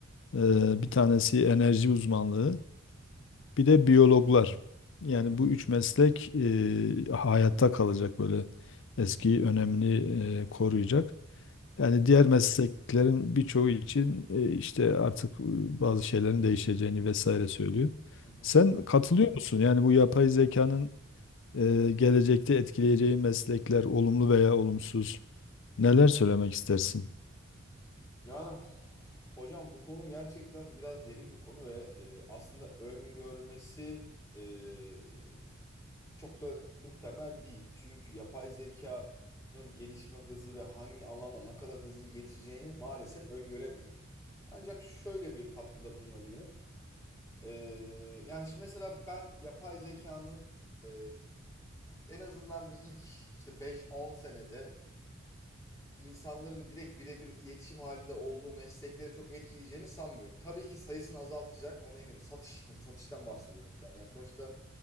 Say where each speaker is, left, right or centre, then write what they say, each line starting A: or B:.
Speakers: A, on the left (about 65°); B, on the left (about 15°).
A: e, bir tanesi enerji uzmanlığı, bir de biyologlar. Yani
B: Hı
A: bu üç meslek e, hayatta kalacak böyle eski önemini e, koruyacak. Yani diğer mesleklerin birçoğu için e, işte artık e, bazı şeylerin değişeceğini vesaire söylüyor.
B: hı. hı.
A: Sen katılıyor musun? Yani bu yapay zekanın e, gelecekte etkileyeceği meslekler olumlu veya olumsuz neler söylemek istersin?
B: Yani hocam bu konu gerçekten biraz derin bir konu ve e, aslında öngörmesi e, çok da muhtemel değil. Çünkü yapay zekanın gelişme hızı ve hangi alanda ne kadar hızlı gelişeceğini maalesef öngöremiyoruz. Ancak şöyle bir katkıda bulunabilirim. E, yani şimdi mesela ben yapay zekanın e, en azından bir ilk işte 5-10 senede insanların direkt birebir iletişim halinde olduğu meslekleri çok etkileyeceğini sanmıyorum. Tabii ki sayısını azaltacak, ona eminim. Satış, mesela satıştan bahsediyorum şu an. Yani sonuçta